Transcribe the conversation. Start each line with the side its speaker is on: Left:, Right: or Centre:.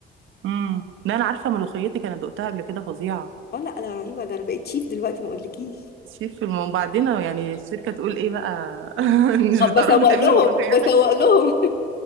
Right: امم لا انا عارفه ملوخيتك انا دقتها قبل كده فظيعه
Left: اه لا انا رهيبه ده انا بقيت شيف دلوقتي ما اقولكيش
Right: شيف في الم... وبعدين يعني الشركه تقول ايه بقى <laughs> مش
Left: آه،
Right: بتعرفي
Left: بسوق
Right: تعملي
Left: لهم
Right: ملوخيه
Left: بسوق
Right: حلوه
Left: لهم